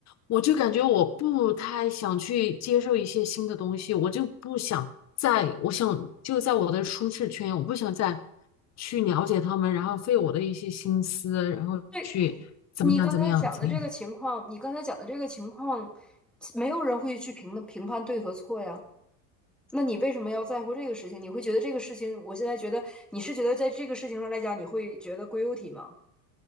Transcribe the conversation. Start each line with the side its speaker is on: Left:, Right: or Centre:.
Left: 我就感觉我不太想去接受一些新的东西，我就不想在，我想就在我的舒适圈，我不想再去了解他们，然后费我的一些心思，然后去怎么样怎么样怎么样。
Centre: 对，你刚才讲的这个情况，你刚才讲的这个情况，没有人会去评评判对和错呀。那你为什么要在乎这个事情？你会觉得这个事情，我现在觉得你是觉得在这个事情上来讲，你会觉得 g u 体吗？